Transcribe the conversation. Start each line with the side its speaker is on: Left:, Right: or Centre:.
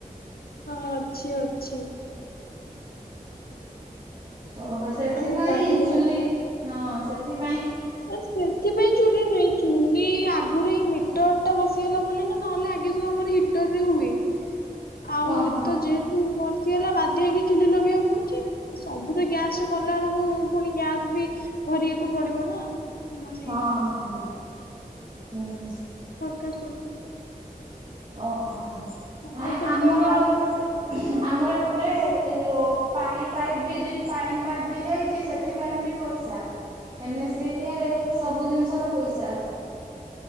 Left: ହଁ ଅଛି ଅଛି।
Right: ଓହୋ ସେଥିପାଇଁ
Left: ଆମ ବାରିରେ
Right: ଚୁଲି
Left: ଅଛି।
Right: ହଁ ସେଥି
Left: ସେଥିପାଇଁ ଚୁଲି ନୁହେଁ ଚୁଲି ଆଗରୁ ହିଁ ମିଟର ଟା ବସିଗଲା ବୋଲି ନା ନହେଲେ ଆଗେ ସବୁ ଆମର ହିଟର ରେ ହୁଏ। ଆଉ
Right: ଓହୋ।
Left: ତ ଯେହେତୁ ବର୍ସି ଗଲା ବାଧି ହେଇକି ଚୁଲି ଲଗେଇବାକୁ ପଡ଼ୁଛି ସବୁ ତ ଗ୍ୟାସ କଲା ବେଳକୁ ପୁଣି ଗ୍ୟାସ ବି ଭରିବାକୁ ପଡ଼ିବ ନା। ମାନେ
Right: ହଁ ହଁ। ଉୁଁ ହୁଁ।
Left: କା ସବୁ
Right: ଓହୋ ହୋ
Left: ସମସ୍ତେ
Right: ନାଇ
Left: ବି
Right: ଆମର
Left: ତ ଗ୍ୟାସ୍
Right: ଏପଟେ ଆମର ଏପଟେ ଏ ଯୋଉ ପାଣି ପାଇପ୍ ବି ପାଣି ପାଇପ୍ ବି ଯାଇଛି ସେଥିପାଇଁ ବି ପାଇସା ଚା ଏନ୍ ସି ଏରିଆରେ ସବୁ ଜିନିଷର ପଇସା